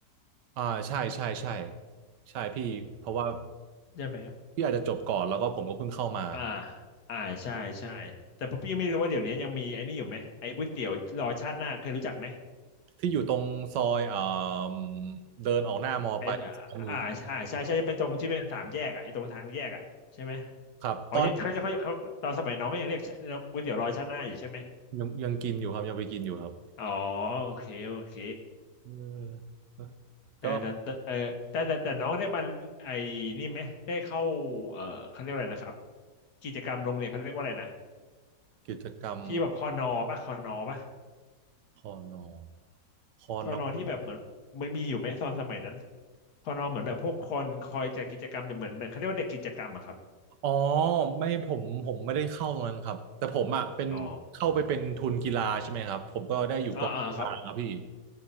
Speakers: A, on the right (about 75°); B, on the left (about 65°).
A: อ่าใช่ใช่ใช่ใช่พี่เพราะว่า
B: ใช่ไหมครับ
A: พี่อาจจะจบก่อนแล้วก็ผมก็เพิ่งเข้ามา
B: อ่าอ่าใช่ใช่แต่พอพี่ไม่รู้ว่าเดี๋ยวนี้ยังมีไอ้นี่อยู่ไหมไอ้ก๋วยเตี๋ยวรอชาติหน้าเคยรู้จักไหม
A: ที่อยู่ตรงซอยเอ่มเดินออกหน้ามอไปซ้ายมือ
B: ไอ้อ่าอ่าใช่ใช่เป็นตรงที่เป็นสามแยกอ่ะไอ้ตรงทางแยกอ่ะใช่ไหม
A: ครับตอน
B: อ๋อยังเขาจะเขาเขาตอนสมัยน้องก็ยังเรียกก๋วยเตี๋ยวรอชาติหน้าอยู่ใช่ไหม
A: ยังยังกินอยู่ครับยังไปกินอยู่ครับ
B: อ๋อโอเคโอเค
A: เออ
B: เออแต่แต่เออแต่แต่แต่น้องได้มันไอ้นี่ไหมได้เข้า
A: ก็
B: เออเขาเรียกว่าอะไรนะครับกิจกรรมโรงเรียนเขาเรียกว่าอะไรนะ
A: กิจกรรม
B: ที่แบบคอนอป่ะคอนอป่ะ
A: คอนอคอนอ
B: คอนอที่แบบเหมือนมันมีอยู่ไหมตอนสมัยนั้นคอนอเหมือนแบบพวกคนคอยจัดกิจกรรมเหมือนเหมือนเขาเรียกว่าเด็กกิจกรรมอะครับ
A: อ๋อไม่ผมผมไม่ได้เข้าตรงนั้นครับแต่ผมอ่ะเป็นเข้าไปเป็นทุนกีฬาใช่ไหมครับผมก็ได้อยู่กองกีฬาครับพี่
B: อ๋ออ่าอ่าครับ